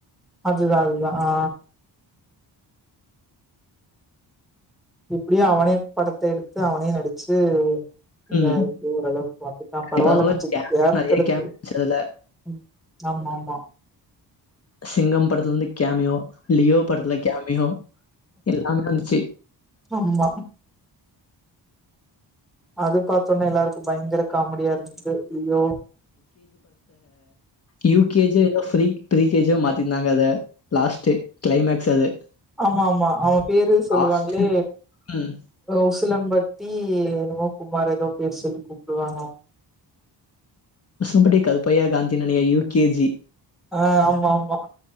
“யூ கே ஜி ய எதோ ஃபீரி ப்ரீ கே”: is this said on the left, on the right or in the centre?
Left